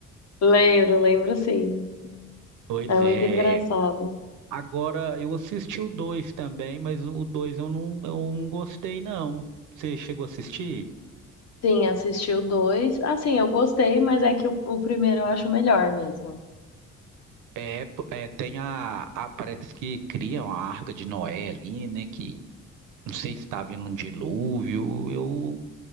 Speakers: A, on the left; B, on the right.
A: Lembro, lembro sim.
B: Pois
A: É muito
B: é.
A: engraçado.
B: Agora, eu assisti o dois também, mas o dois eu não, eu não gostei, não. Você chegou a assistir?
A: Sim, assisti o dois. Assim, eu gostei, mas é que o, o primeiro eu acho melhor mesmo.
B: É, p- é, tem a, a- Parece que criam a Arca de Noé ali, né? Que não sei se está vindo um dilúvio. Eu,